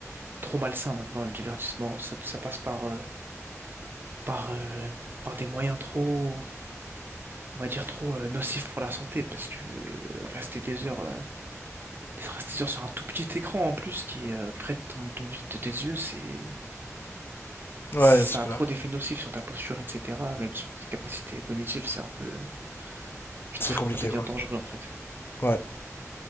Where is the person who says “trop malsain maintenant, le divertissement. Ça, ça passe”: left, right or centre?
Right